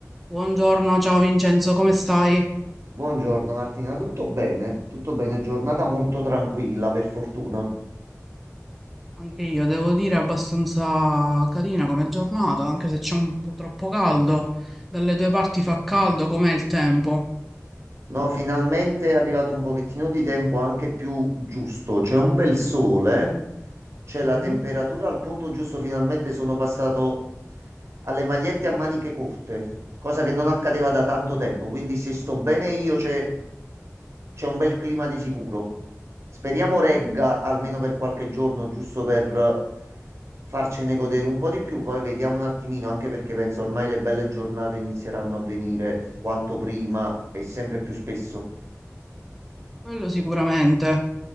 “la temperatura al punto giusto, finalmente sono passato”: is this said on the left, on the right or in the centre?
Right